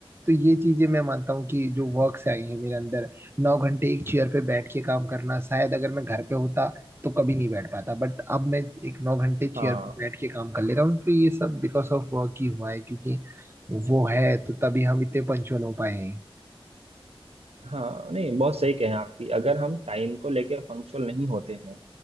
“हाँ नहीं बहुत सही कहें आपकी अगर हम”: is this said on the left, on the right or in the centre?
Right